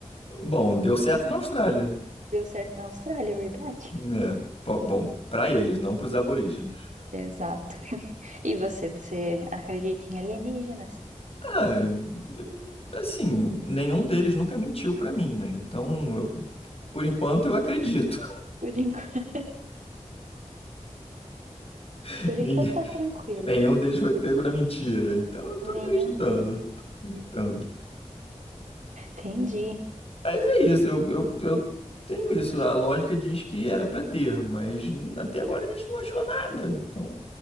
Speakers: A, on the left; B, on the right.
A: Bom, deu certo na Austrália,
B: Deu certo na Austrália, é verdade?
A: né? É. Bo- Bom, pra eles, não pros aborígenes.
B: Exato. <laughs> E você, você acredita em alienígenas?
A: Ah, d- assim, nenhum deles nunca mentiu pra mim, né? Então, eu- por enquanto eu acredito.
B: Por enquanto,
A: <laughs>
B: Por
A: Ninguém-
B: enquanto tá tranquilo.
A: Nenhum deles foi pego na mentira, então eu tô acreditando,
B: Nenhum deles.
A: tô acreditando.
B: Entendi.
A: Mas é isso, eu, eu, eu tenho isso. A lógica diz que era pra ter, mas até agora a gente não achou nada, então